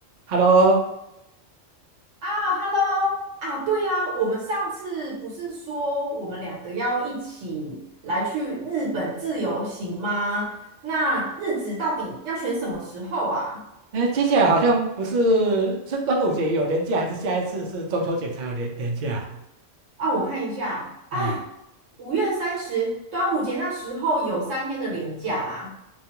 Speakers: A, on the right; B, on the right.
A: Hello，
B: 啊，Hello 啊，对啊，我们上次不是说我们两个要一起来去日本自由行吗？那日子到底要选什么时候啊？
A: 哎，接下来好像不是是端午节有年假，还是下一次是中秋节才有年年假啊？
B: 啊，我看一下啊，
A: 哎，
B: 五月三十，端午节那时候有三天的连假啦。